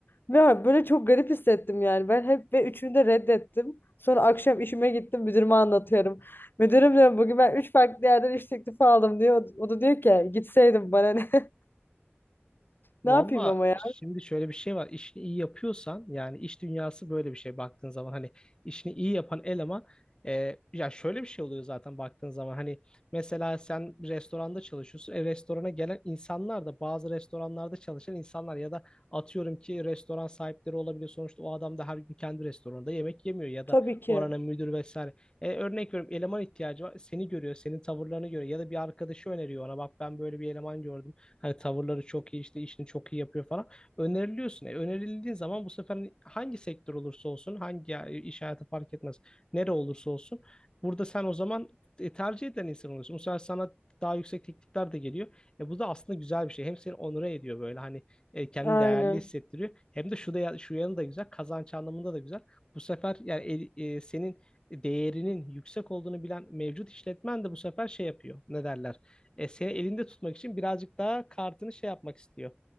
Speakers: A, on the left (about 55°); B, on the left (about 20°).
A: Ve böyle çok garip hissettim yani. Ben hep ve üçünü de reddettim. Sonra akşam işime gittim müdürüme anlatıyorum. Müdürüm diyor bugün ben üç farklı yerden iş teklifi aldım diyor. O da diyor ki gitseydim bana ne. <laughs>
B: Valla
A: Ne yapayım ama ya.
B: şimdi şöyle bir şey var. İşini iyi yapıyorsan yani iş dünyası böyle bir şey baktığın zaman hani işini iyi yapan eleman e, ya şöyle bir şey oluyor zaten baktığın zaman hani mesela sen restoranda çalışıyorsun. E, restorana gelen insanlar da bazı restoranlarda çalışan insanlar ya da atıyorum ki restoran sahipleri olabiliyor. Sonuçta o adam da her gün kendi restoranında yemek yemiyor ya da
A: Tabii ki.
B: oranın müdür vesaire. E, örnek veriyorum eleman ihtiyacı var. Seni görüyor, senin tavırlarını görüyor ya da bir arkadaşı öneriyor ona bak ben böyle bir eleman gördüm. Hani tavırları çok iyi işte işini çok iyi yapıyor falan. Öneriliyorsun. E, önerildiğin zaman bu sefer hangi sektör olursa olsun hangi ya- iş hayatı fark etmez. Nere olursa olsun. Burada sen o zaman e, tercih eden insan oluyorsun. Bu sefer sana daha yüksek teklifler de geliyor. E, bu da aslında güzel bir şey. Hem seni onure ediyor böyle hani e, kendini
A: Aynen.
B: değerli hissettiriyor. Hem de şu da şu yanı da güzel. Kazanç anlamında da güzel. Bu sefer yani el- e, senin değerinin yüksek olduğunu bilen mevcut işletmen de bu sefer şey yapıyor. Ne derler? E, seni elinde tutmak için birazcık daha kartını şey yapmak istiyor.